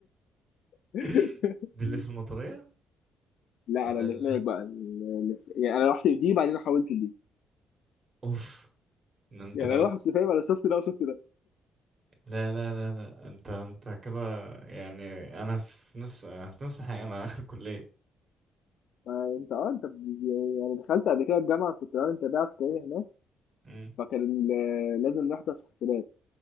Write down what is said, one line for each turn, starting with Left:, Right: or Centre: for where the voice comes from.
Left: <laughs>
Right: <laughs> دي اللي في المطرية
Left: لا
Right: ولا
Left: انا اللي
Right: اللي
Left: هناك بقى اللي- اللي- يعني انا رحت دي بعدين حولت لدي
Right: اوف ده انت
Left: يعني انا رحت فاهم انا شفت ده وشفت ده
Right: لا لا لا لا انت انت كده يعني انا في نفس أنا في نفس الحقيقة انا اخر كلية
Left: آه، انت اه انت ب- يعني دخلت قبل كده الجامعه كنت بعمل تربيه عسكريه هناك
Right: امم
Left: فكان ال- لازم نحضر حسابات